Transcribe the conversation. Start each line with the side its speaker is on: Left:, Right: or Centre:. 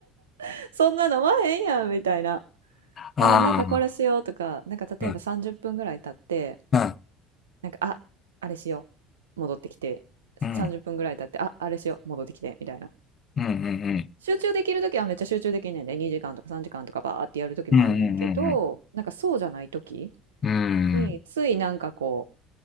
Right: <laughs> そんな飲まへんやんみたいな。
Left: あ、
Right: あー、なんかこれしようとか、なんか例えば30分ぐらい経って、
Left: うん、うん、
Right: なんか、あ、あれしよう。戻ってきて、30分ぐらい経って、
Left: うん、
Right: あ、あれしよう。戻ってきて、みたいな。
Left: うん、
Right: 集中できるときはめっちゃ集中できんねんで、2時間とか3時間とかバーってやるときもあんねんけど、
Left: うん、うん、うん、うん、
Right: なんかそうじゃないとき
Left: うん。うん
Right: に、ついなんかこ